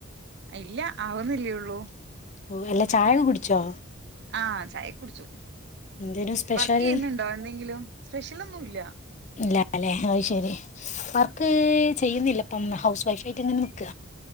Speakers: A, on the right (about 55°); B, on the left (about 35°).
A: ഇല്ല ആവുന്നല്ലേള്ളൂ
B: ഓ, അല്ല ചായ ഒക്കെ കുടിച്ചോ
A: ആഹ് ചായ കുടിച്ചു
B: എന്തേനു സ്പെഷ്യൽ
A: വർക്ക് ചെയ്യുന്നുണ്ടോ എന്തെങ്കിലും സ്പെഷ്യൽ ഒന്നും ഇല്ല
B: ഇല്ല അല്ലെ അത് ശരി വർക്ക് ചെയ്യുന്നില്ല അപ്പം ഹൗസ് വൈഫ് ആയിട്ട് ഇങ്ങനെ നിക്ക